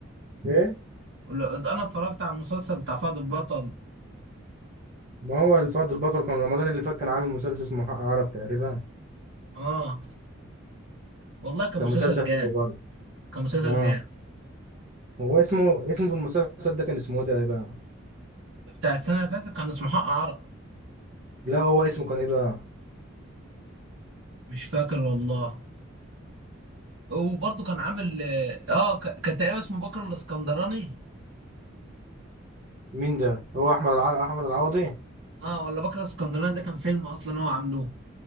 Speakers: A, on the right; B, on the right.
A: ايه
B: ولا- انا اتفرجت على المسلسل بتاع فهد البطل
A: ما هو الفضل البطل كان رمضان اللي فات كان عامل مسلسل اسمه حق عرب تقريبا
B: اه والله كان
A: كان
B: مسلسل
A: مسلسل
B: جامد
A: حلو برضه
B: كان مسلسل
A: اه
B: جامد
A: هو اسمه اسمه في المسلسل ده كان اسمه ايه تقريبا
B: بتاع السنه اللي فاتت كان اسمه حق عرق
A: لا هو اسمه كان ايه بقى
B: مش فاكر والله وبرضه كان عامل اه ك- كان تقريبا اسمه بكر الاسكندراني
A: مين ده هو احمد الع... احمد العوضي
B: اه ولا بكر الاسكندراني ده كان فيلم اصلا هو عاملوه